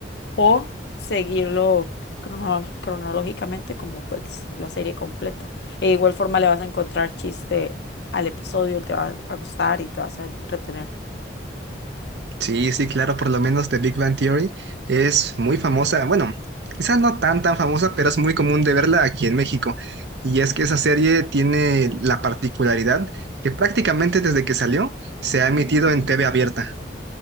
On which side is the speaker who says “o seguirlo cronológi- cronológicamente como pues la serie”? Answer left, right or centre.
Left